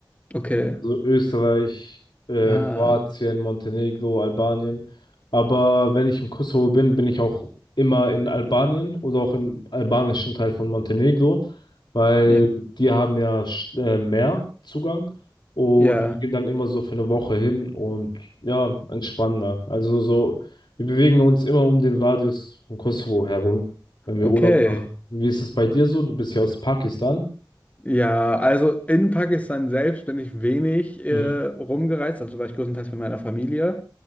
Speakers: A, on the left; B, on the left.
A: Okay.
B: so Österreich, äh,
A: Ah,
B: Kroatien, Montenegro, Albanien. Aber wenn ich im Kosovo bin, bin ich auch immer in Albanien oder auch im albanischen Teil von Montenegro, weil
A: ja,
B: die haben ja sch- äh, mehr Zugang und
A: ja,
B: wir gehen dann immer so für eine Woche hin und ja, entspannender. Also so, wir bewegen uns immer um den Radius von Kosovo herum, wenn wir
A: okay.
B: Urlaub machen. Wie ist es bei dir so? Du bist ja aus Pakistan.
A: Ja, also in Pakistan selbst bin ich wenig äh,
B: Mhm.
A: rumgereist, also war ich größtenteils bei meiner Familie.